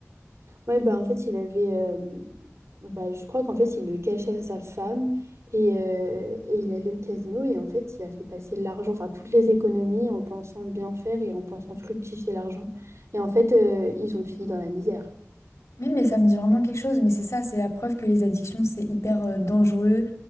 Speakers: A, on the right (about 60°); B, on the left (about 75°).
A: Ouais, bah en fait, il avait. euh, bah, je crois qu'en fait, il le cachait à sa femme et, euh, et il allait au casino et en fait, il a fait passer l'argent, enfin, toutes les économies en pensant bien faire et en pensant fructifier l'argent. Et en fait, euh, ils ont fini dans la misère.
B: Oui, mais ça me dit vraiment quelque chose, mais c'est ça, c'est la preuve que les addictions, c'est hyper euh, dangereux,